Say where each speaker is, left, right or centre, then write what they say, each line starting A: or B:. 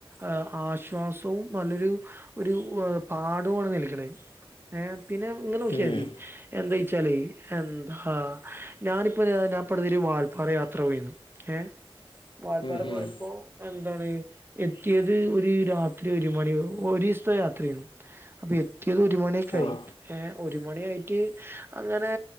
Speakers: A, on the right; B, on the left.
A: ആഹ് ആശ്വാസവും നല്ലൊരു ഒരു പാഠവാണ് നൽകണേ ഏഹ് പിന്നെ ഇങ്ങനെ നോക്കിയാ
B: ഉം
A: മതി എന്തായ്ച്ചാലേ എന്താ ഞാനിപ്പോ ഞാ പട്തിരി വാൽപ്പാറ യാത്ര പോയിരുന്നു ഏഹ് വാൽപ്പാറ
B: ഉം
A: പോയപ്പോ
B: ഉം
A: എന്താണ് എത്തിയത് ഒരു രാത്രി ഒരു മണി ഒരിസത്തെ യാത്ര ആയിരുന്നു അപ്പൊ എത്തിയത് ഒരു മണിയൊക്കായി
B: ആ
A: ഏഹ് ഒരു മണിയായിട്ട് അങ്ങനെ